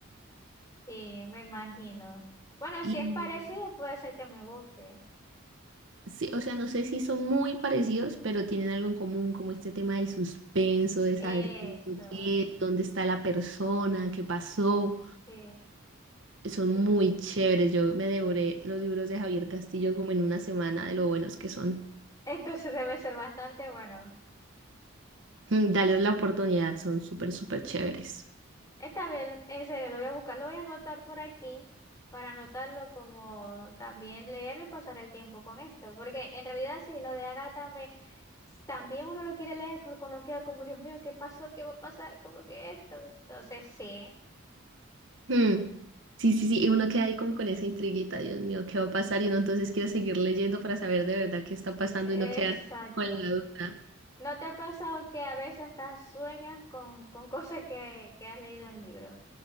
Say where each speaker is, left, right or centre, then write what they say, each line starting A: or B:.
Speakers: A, on the left (about 15°); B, on the right (about 65°).
A: sí, me imagino. Bueno,
B: Y
A: si es parecido, puede ser que me guste.
B: sí, o sea, no sé si son muy parecidos, pero tienen algo en común, como este tema del suspenso, de
A: Eso,
B: saber qué es lo que es, dónde está la persona, qué pasó.
A: sí,
B: Son muy
A: sí.
B: chéveres. Yo me devoré los libros de Javier Castillo como en una semana de lo buenos que son. <laughs>
A: Entonces <laughs> debe ser bastante bueno.
B: Mm, Dales la oportunidad, son súper, súper chéveres.
A: Esta vez, en serio, lo voy a buscar, lo voy a anotar por aquí para anotarlo como también leerlo y pasar el tiempo con esto, porque en realidad sí, lo de Agatha me- también uno lo quiere leer porque uno queda como, Dios mío, ¿qué pasó? ¿Qué va a pasar? como que esto? Entonces sí,
B: Mm. Sí, sí, sí, y uno queda ahí como con esa intriguita, Dios mío, ¿qué va a pasar? Y uno entonces quiere seguir leyendo para saber de verdad qué está pasando
A: exacto.
B: y no quedarse con la duda.
A: ¿No te ha pasado que a veces hasta sueñas con, con cosas que, que has leído en un libro?